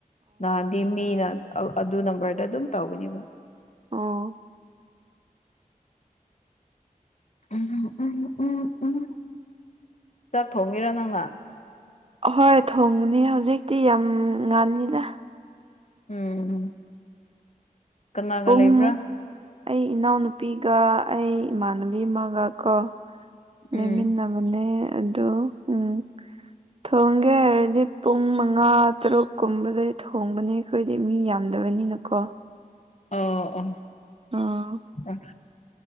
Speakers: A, on the left; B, on the right.
A: ꯅꯍꯥꯟ ꯃꯤꯅ ꯑꯗꯨ ꯅꯝꯕꯔꯗ ꯑꯗꯨꯝ ꯇꯧꯒꯅꯤꯕ
B: ꯑꯣ
A: ꯎꯝ ꯎꯝ ꯎꯝ ꯎꯝ ꯆꯥꯛ ꯊꯣꯡꯉꯤꯔꯥ ꯅꯪꯅ
B: ꯑꯍꯣꯏ ꯊꯣꯡꯒꯅꯤ ꯍꯧꯖꯤꯛꯇꯤ ꯌꯥꯝ ꯉꯥꯜꯂꯤꯗ
A: ꯎꯝ ꯀꯅꯥꯒ
B: ꯄꯨꯡ
A: ꯂꯩꯕ꯭ꯔꯥ
B: ꯑꯩ ꯏꯅꯥꯎꯅꯨꯄꯤꯒ ꯑꯩ ꯏꯃꯥꯟꯅꯕꯤ ꯑꯃꯒ ꯀꯣ ꯂꯩꯃꯤꯟꯅꯕꯅꯦ
A: ꯎꯝ
B: ꯑꯗꯣ ꯎꯝ ꯊꯣꯡꯒꯦ ꯍꯥꯏꯔꯗꯤ ꯄꯨꯡ ꯃꯉꯥ ꯇꯔꯨꯛ ꯀꯨꯝꯕꯗꯩ ꯊꯣꯡꯕꯅꯤ ꯑꯩꯈꯣꯏꯗꯤ ꯃꯤ ꯌꯥꯝꯗꯕꯅꯤꯅꯀꯣ
A: ꯑꯣ ꯑꯣ
B: ꯑꯥ
A: ꯑ